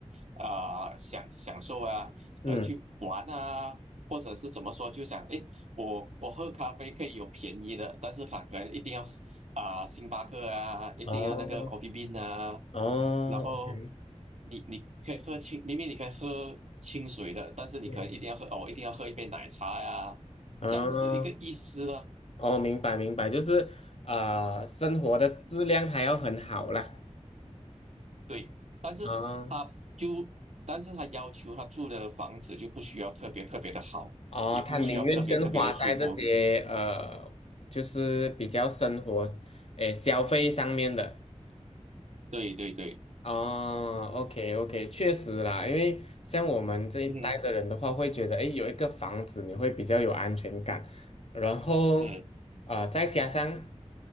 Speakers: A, on the right; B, on the left.
A: 啊、呃享享受啊，
B: 嗯，
A: 可能去玩啊，或者是怎么说，就想诶，我我喝咖啡可以有便宜的，但是他可能一定要啊、星巴克啊，一定要那个
B: 哦
A: Coffee Bean 啊，
B: 哦，OK，
A: 然后你你可以喝清，明明你可以喝清水的，但是你可能一定要喝哦，
B: 嗯，
A: 我一定要喝一杯奶茶呀、
B: 哦
A: 这样子一个意思了。
B: 哦，明白明白，就是啊，生活的质量还要很好啦。
A: 对，但是他就，
B: 啊
A: 但是他要求他住的房子就不需要特别特别的好，
B: 哦，
A: 也不需要特别特别的舒服。
B: 他宁愿更花在这些呃，就是比较生活，诶，消费上面的。
A: 对对对，
B: 哦，OK OK，确实啦，因为像我们这一代的人的话，
A: 嗯
B: 会觉得，诶，有一个房子你会比较有安全感，然后呃，
A: 嗯，
B: 再加上